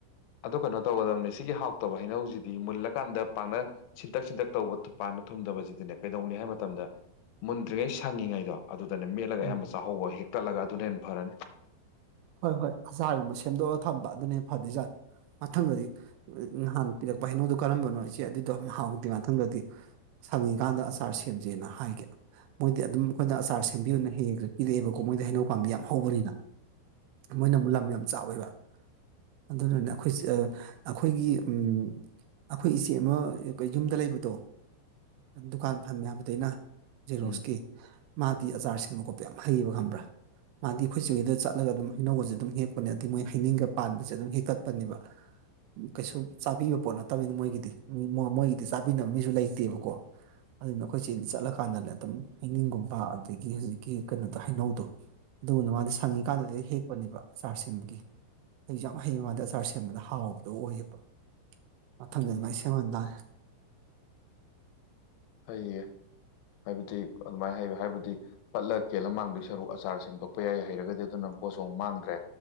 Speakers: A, on the left; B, on the right.
A: ꯑꯗꯨ ꯀꯩꯅꯣ ꯇꯧꯒꯗꯕꯅꯦ ꯁꯤꯒꯤ ꯍꯥꯎꯇꯕ ꯍꯩꯅꯧꯁꯤꯗꯤ ꯃꯨꯜꯂꯀꯥꯟꯗ ꯄꯥꯛꯅ ꯁꯤꯟꯇꯛ ꯁꯤꯟꯇꯛ ꯇꯧꯕ ꯄꯥꯟꯕ ꯊꯨꯝꯗꯕꯁꯤꯗꯤꯅꯦ ꯀꯩꯗꯧꯅꯤ ꯍꯥꯏꯕ ꯃꯇꯝꯗ ꯃꯨꯟꯗ꯭ꯔꯤꯉꯩ ꯁꯪꯉꯤꯉꯩꯗꯣ ꯑꯗꯨꯗꯅꯦ ꯃꯦꯠꯂꯒ
B: ꯎꯝ
A: ꯑꯌꯥꯝꯕ ꯆꯥꯍꯧꯕ ꯍꯦꯛꯇꯠꯂꯒ ꯑꯗꯨꯅ ꯍꯦꯟ ꯐꯔꯅꯤ
B: ꯍꯣꯏ ꯍꯣꯏ ꯑꯆꯥꯥꯔꯒꯨꯝꯕ ꯁꯦꯝꯗꯣꯛꯑꯒ ꯊꯝꯕ ꯑꯗꯨꯅ ꯐꯗꯣꯏꯖꯥꯠꯅꯤ ꯃꯊꯪꯗꯗꯤ ꯅꯍꯥꯟ ꯄꯤꯔꯛꯄ ꯍꯩꯅꯣꯗꯣ ꯀꯔꯝꯕꯅꯣ ꯏꯆꯦ ꯑꯗꯨꯗꯣ ꯍꯥꯎꯗꯦ ꯃꯊꯪꯗꯗꯤ ꯁꯪꯉꯤꯀꯥꯟꯗ ꯑꯆꯥꯔ ꯁꯦꯝꯖꯦꯅ ꯍꯥꯏꯒꯦ ꯃꯣꯏꯗꯤ ꯑꯗꯨꯝ ꯑꯩꯈꯣꯏꯗ ꯑꯆꯥꯔ ꯁꯦꯝꯕꯤꯌꯣꯅ ꯍꯦꯛ ꯍꯦꯛ ꯄꯤꯔꯛꯑꯦꯕꯀꯣ ꯃꯣꯏꯗꯤ ꯍꯩꯅꯧ ꯄꯥꯝꯕꯤ ꯌꯥꯝ ꯍꯧꯕꯅꯤꯅ ꯃꯣꯏꯅ ꯑꯃꯨꯛ ꯂꯝ ꯌꯥꯝ ꯆꯥꯎꯋꯦꯕ ꯑꯗꯨꯅꯅꯦ ꯑꯩꯈꯣꯏꯁꯦ ꯑꯥ ꯑꯩꯈꯣꯏꯒꯤ ꯎꯝ ꯑꯩꯈꯣꯏ ꯏꯆꯦ ꯑꯃ ꯌꯨꯝꯗ ꯂꯩꯕꯗꯣ ꯗꯨꯀꯥꯟ ꯐꯝꯃꯦ ꯍꯥꯏꯕꯗꯣ ꯑꯩꯅ ꯖꯦꯔꫭꯁꯀꯤ
A: ꯎꯝ
B: ꯃꯥꯗꯤ ꯑꯆꯥꯔ ꯁꯦꯝꯕ ꯈꯣꯠꯄ ꯌꯥꯝ ꯍꯩꯌꯦꯕ ꯈꯪꯕ꯭ꯔꯥ ꯃꯥꯗꯤ ꯑꯩꯈꯣꯏ ꯆꯦ ꯍꯣꯏꯗ ꯆꯠꯂꯒ ꯑꯗꯨꯝ ꯍꯩꯅꯧꯀꯁꯦ ꯑꯗꯨꯝ ꯍꯦꯛꯄꯅꯦ ꯑꯗꯩ ꯃꯣꯏ ꯍꯩꯅꯤꯡꯒ ꯄꯥꯟꯕꯁꯦ ꯑꯗꯨꯝ ꯍꯦꯛꯇꯠꯄꯅꯦꯕ ꯀꯩꯁꯨ ꯆꯥꯕꯤꯕ ꯄꯣꯠ ꯅꯠꯇꯕꯅꯤꯅ ꯃꯣꯏꯒꯤꯗꯤ ꯃꯣꯏꯒꯤꯗꯤ ꯆꯥꯕꯤꯅꯕ ꯃꯤꯁꯨ ꯂꯩꯇꯦꯕꯀꯣ ꯑꯗꯨꯅ ꯑꯩꯈꯣꯏ ꯆꯦꯗꯤ ꯆꯠꯂꯀꯥꯟꯗꯅꯦ ꯑꯗꯨꯝ ꯍꯩꯅꯤꯡꯒꯨꯝꯕ ꯑꯗꯒꯤ ꯍꯨꯖꯤꯛꯀꯤ ꯀꯩꯅꯣꯗꯣ ꯍꯩꯅꯧꯗꯣ ꯑꯗꯨꯒꯨꯝꯅ ꯃꯥꯗꯤ ꯁꯪꯉꯤꯀꯥꯟꯗꯗꯤ ꯍꯦꯛꯄꯅꯦꯕ ꯑꯆꯥꯥꯔ ꯁꯦꯝꯕꯒꯤ ꯍꯩꯖꯨ ꯌꯥꯝ ꯍꯩ ꯃꯥꯗꯤ ꯑꯆꯥꯔ ꯁꯦꯝꯕꯗꯣ ꯍꯥꯎꯕꯗꯣ ꯑꯣꯏꯌꯦꯕ ꯃꯊꯪꯗ
A: ꯎꯝ
B: ꯑꯗꯨꯃꯥꯏꯅ ꯁꯦꯝꯍꯟꯇꯔꯦ
A: ꯐꯩꯌꯦ ꯍꯥꯏꯕꯗꯤ ꯑꯗꯨꯃꯥꯏ ꯍꯩꯕ ꯍꯥꯏꯕꯗꯤ ꯄꯠꯂ ꯀꯦꯜꯂ ꯃꯥꯡꯗꯣꯏ ꯁꯔꯨꯛ ꯑꯆꯥꯔ ꯁꯦꯡꯗꯣꯛꯄ ꯌꯥꯏ ꯍꯩꯔꯒꯗꯤ ꯑꯗꯨꯅ ꯄꯣꯠꯁꯨ ꯑꯃꯨꯛ ꯃꯥꯡꯗ꯭ꯔꯦ